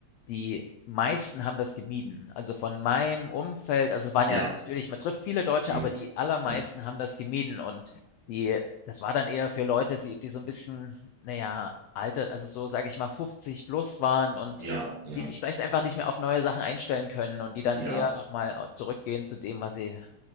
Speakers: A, on the left; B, on the right.
A: die meisten haben das gemieden. Also von meinem Umfeld, also es waren
B: ja,
A: ja natürlich, man trifft viele Deutsche,
B: hm.
A: aber die allermeisten
B: Ja,
A: haben das gemieden und die, das war dann eher für Leute, die, die so ein bisschen, naja, alter, also so sage ich mal 50 plus waren und
B: ja, ja,
A: die sich vielleicht einfach nicht mehr auf neue Sachen einstellen können und die dann
B: ja,
A: eher nochmal zurückgehen zu dem, was sie,